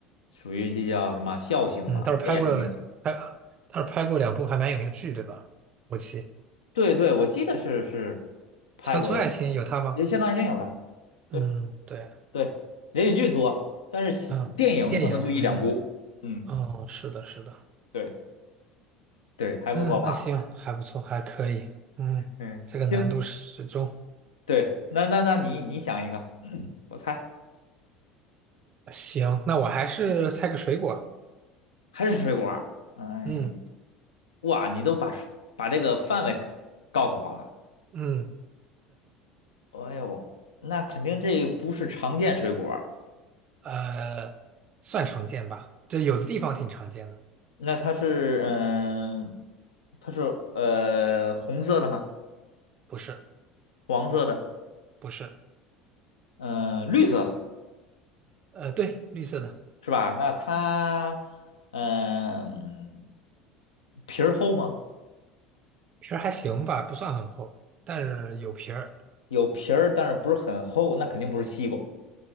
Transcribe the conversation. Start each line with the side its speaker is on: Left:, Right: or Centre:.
Left: 属于这叫什么笑星吧？
Right: 嗯，倒是拍过拍，
Left: 他也是明星。
Right: 倒是拍过两部还蛮有名的剧，对吧？我记
Left: 对对，我记得是是拍过，
Right: 《乡村爱情》有他吗？
Left: 也相当于先有他。
Right: 嗯，
Left: 对
Right: 对。
Left: 对，连续剧多，但是戏电影可能就一两部。
Right: 嗯，电影，
Left: 嗯，
Right: 嗯，是的，是的，
Left: 对对，还不错吧？
Right: 嗯，那行，还不错，还可以，嗯，
Left: 嗯，
Right: 这个难度适中，
Left: 行，对，那那那你你想一个，我猜。
Right: 行，那我还是猜个水果，
Left: 还是水果儿？哎，
Right: 嗯
Left: 哇，你都把把这个范围告诉我了。
Right: 嗯，
Left: 哎呦，那肯定这不是常见水果儿，
Right: 呃，算常见吧，这有的地方挺常见的，
Left: 那它是嗯，它是呃红色的吗？
Right: 不是
Left: 黄色的，
Right: 不是，
Left: 嗯，绿色的
Right: 呃，对，绿色的
Left: 是吧？那它嗯皮儿厚吗？
Right: 皮儿还行吧，不算很厚，但是有皮儿，
Left: 有皮儿，但是不是很厚，那肯定不是西瓜。